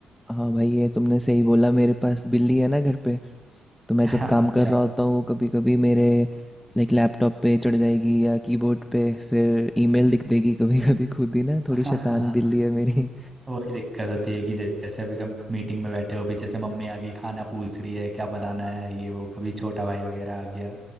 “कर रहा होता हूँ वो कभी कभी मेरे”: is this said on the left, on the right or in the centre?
Centre